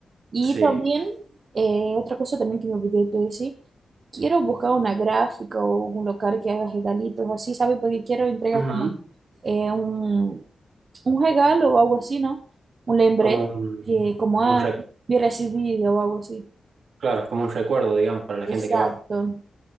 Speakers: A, on the right (about 55°); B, on the right (about 80°).
A: Y
B: Sí.
A: también, eh, otra cosa también que me olvidé de decir, quiero buscar una gráfica o un local que haga regalitos así, ¿sabes? Porque quiero entregar
B: Ujú.
A: como eh, un, un regalo o algo así, ¿no? Un lembrete
B: Como un,
A: que como,
B: como
A: ah,
B: un re-
A: yo recibido o algo así.
B: claro, como un recuerdo, digamos, para la
A: Exacto,
B: gente que va.